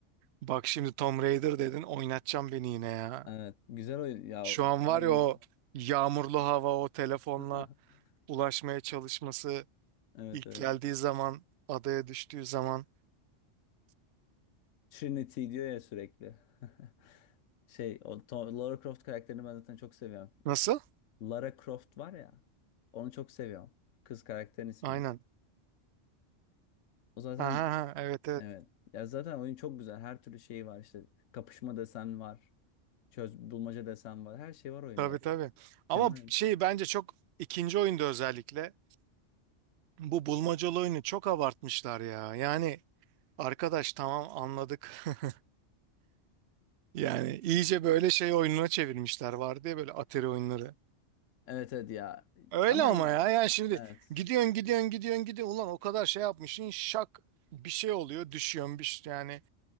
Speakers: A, on the right; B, on the left.
A: Bak şimdi Tomb Raider dedin oynatacağım beni yine ya.
B: Evet. Güzel oyun. Ya
A: Şu an
B: ben
A: var ya o yağmurlu hava o telefonla
B: <laughs>
A: ulaşmaya çalışması
B: evet
A: ilk
B: evet.
A: geldiği zaman adaya düştüğü zaman
B: Trinity diyor ya sürekli. <laughs> Şey o Tom- Lara Croft karakterini ben zaten çok seviyorum.
A: nasıl?
B: Lara Croft var ya. Onu çok seviyorum. Kız karakterin ismi.
A: Aynen.
B: O zaten
A: Ha, ha, ha, evet evet
B: evet. Ya zaten oyun çok güzel. Her türlü şeyi var işte. Kapışma desen var. Çöz bulmaca desen var. Her şey var oyunda
A: tabii
B: ya.
A: tabii.
B: Mükemmel.
A: Ama şey bence çok ikinci oyunda özellikle bu bulmacalı oyunu çok abartmışlar ya. Yani arkadaş tamam anladık. <laughs> Yani iyice böyle şey oyununa çevirmişler var diye böyle Atari oyunları.
B: Evet evet ya.
A: Öyle
B: Ama
A: ama ya yani şimdi
B: evet.
A: gidiyorsun gidiyorsun gidiyorsun gidiyorsun ulan o kadar şey yapmışsın şak bir şey oluyor düşüyorsun bir şey- yani